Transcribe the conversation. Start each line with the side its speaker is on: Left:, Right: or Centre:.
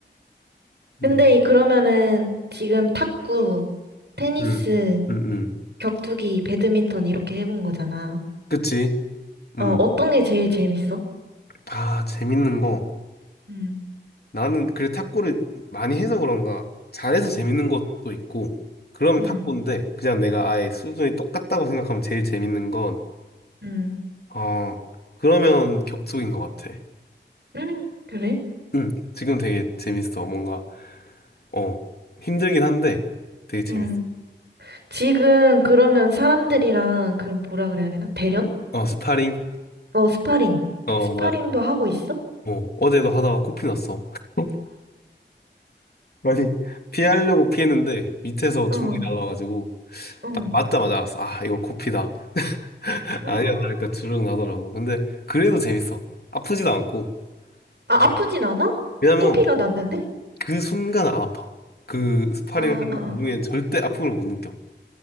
Left: 음,
Right: 근데 이, 그러면은 지금 탁구, 테니스,
Left: 음, 음, 음.
Right: 격투기, 배드민턴 이렇게 해본 거잖아.
Left: 그치?
Right: 어,
Left: 음.
Right: 어떤 게 제일 재밌어?
Left: 아, 재밌는 거.
Right: 응
Left: 나는 그래 탁구를 많이 해서 그런가 잘해서 재밌는 것도 있고 그러면
Right: 응
Left: 탁구인데 그냥 내가 아예 수준이 똑같다고 생각하면 제일 재밌는 건
Right: 응
Left: 어, 그러면 격투기인 것 같아.
Right: 응 그래?
Left: 응 지금 되게 재밌어. 뭔가 어 힘들긴 한데 되게 재밌어.
Right: 응 지금 그러면 사람들이랑 그럼 뭐라 그래야 되나? 대련?
Left: 어 스파링.
Right: 어, 스파링.
Left: 어
Right: 스파링도
Left: 맞아.
Right: 하고 있어?
Left: 뭐 어제도 하다가 코피 났어. <laughs> 아니 피하려고 피했는데 밑에서 주먹이
Right: 응,
Left: 날라가지고
Right: 응.
Left: 딱 맞자마자 알았어. 아 이거 코피다. <laughs>
Right: 아,
Left: 아니야 그러니까 주르륵 나더라고. 근데 그래도 재밌어. 아프지도 않고.
Right: 아프진
Left: 이게
Right: 않아?
Left: 왜냐면
Right: 코피가 났는데?
Left: 그 순간 안 아파. 그 스파링
Right: 아,
Left: 하는
Right: 아 아
Left: 도중에 절대 아픔을 못 느껴.